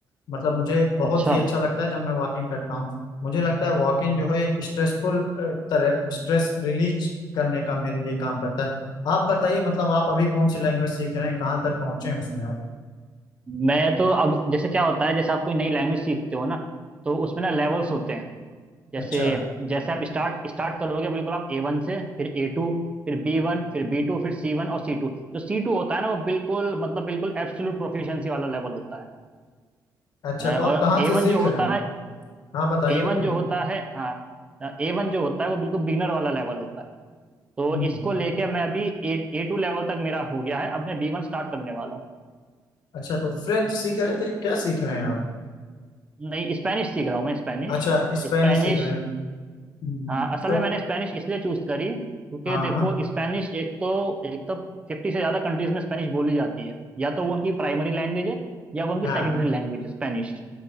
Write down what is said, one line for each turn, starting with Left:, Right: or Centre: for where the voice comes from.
Left: मतलब मुझे बहुत
Right: अच्छा
Left: ही अच्छा लगता है जब मैं वॉकिंग करता हूँ मुझे लगता है वॉकिंग जो है एक स्ट्रेसफुल तरह स्ट्रेस रिलीज करने का मेरे लिए काम करता है आप बताइए मतलब आप अभी कौन सी लैंग्वेज सीख रहे हैं कहाँ तक पहुंचे हैं उसमें आप
Right: मैं तो अब जैसे क्या होता है जैसे आप कोई नई लैंग्वेज सीखते हो ना तो उसमें ना लेवल्स होते हैं जैसे
Left: अच्छा
Right: जैसे आप स्टार्ट स्टार्ट करोगे बिल्कुल आप ए वन से फिर ए टू फिर बी वन फिर बी टू फिर सी वन और सी टू जो सी टू होता है ना वो बिल्कुल मतलब बिल्कुल एब्सोल्यूट प्रोफिशिएंसी वाला लेवल होता है
Left: अच्छा
Right: अ,
Left: तो आप
Right: और
Left: कहाँ
Right: ए
Left: से
Right: वन
Left: सीख
Right: जो होता
Left: रहे हैं
Right: है
Left: हाँ बताइए
Right: ए
Left: बताइए
Right: वन जो होता है हाँ ए वन जो होता है वो बिल्कुल बिगनर वाला लेवल होता है तो
Left: हम्म
Right: इसको लेके मैं अभी ए ए टू लेवल तक मेरा हो गया है अब मैं बी वन स्टार्ट करने वाला हूँ
Left: अच्छा तो फ्रेंच सीख रहे थे क्या सीख रहे हैं आप
Right: नहीं स्पेनिश सीख रहा हूँ मैं स्पेनिश
Left: अच्छा स्पेनिश
Right: स्पेनिश
Left: सीख रहे हैं हम्म,
Right: हाँ असल
Left: तो
Right: में मैंने स्पेनिश इसलिए चूज करी क्योंकि
Left: हाँ
Right: देखो
Left: हाँ
Right: स्पेनिश एक तो एक तो फिफ्टी से ज़्यादा कंट्रीज में स्पेनिश बोली जाती है या तो वो उनकी प्राइमरी लैंग्वेज है या वो उनकी
Left: हाँ
Right: सेकेंडरी लैंग्वेज है स्पेनिश